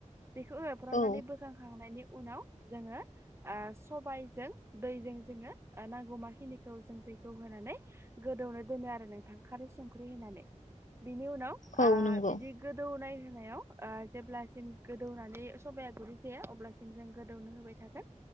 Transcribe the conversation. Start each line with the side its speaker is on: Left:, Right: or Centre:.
Right: बेखौ एवफ्रानानै
Left: औ
Right: बोखांखांनायनि उनाव जोङो ओ सबायजों दैजों जोङो नांगौमाखिनिखौ जों दैखौ होनानै गोदौनो दोनो आरो नोंथां खालि ख्रुइ होनानै बिनि उनाव
Left: औ
Right: आ
Left: नंगौ
Right: बिदि गोदौनाय नायाव आ जेब्लासिम गोदौनानै सबाया गुरै जाया अब्लासिम जों गोदौनो होबाय थागोन